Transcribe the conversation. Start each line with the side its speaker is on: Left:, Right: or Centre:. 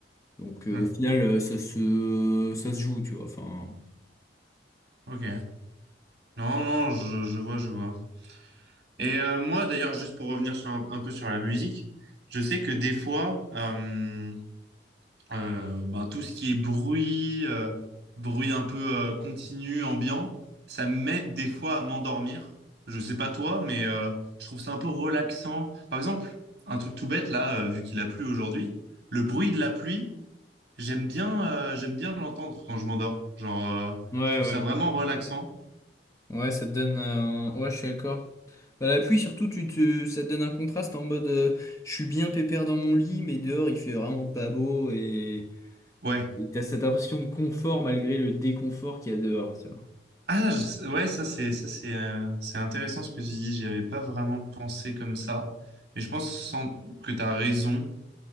Left: Donc, euh,
Right: Ouais.
Left: au final, euh, ça se, ça se joue, tu vois. Enfin,
Right: Ok. Non, non, je, je vois, je vois. Et euh, moi, d'ailleurs, juste pour revenir sur un, un peu sur la musique, je sais que des fois, euh, Euh, ben, tout ce qui est bruit, euh, bruit un peu euh, continu, ambiant, ça m'aide des fois à m'endormir. Je sais pas toi, mais euh, je trouve ça un peu relaxant. Par exemple, un truc tout bête là, euh, vu qu'il a plu aujourd'hui, le bruit de la pluie, j'aime bien, euh, j'aime bien l'entendre quand je m'endors. Genre, euh,
Left: ouais,
Right: je trouve
Left: ouais.
Right: ça vraiment relaxant.
Left: Ouais, ça te donne un... Ouais, je suis d'accord. Bah, la pluie, surtout, tu te... ça te donne un contraste en mode euh, je suis bien pépère dans mon lit, mais dehors, il fait vraiment pas beau et
Right: Ouais.
Left: et t'as cette impression de confort malgré le déconfort qu'il y a dehors, tu vois.
Right: Ah, je- ouais, ça c'est, ça c'est, euh, c'est intéressant ce que tu dis. J'y avais pas vraiment pensé comme ça, mais je pense sans- que tu as raison.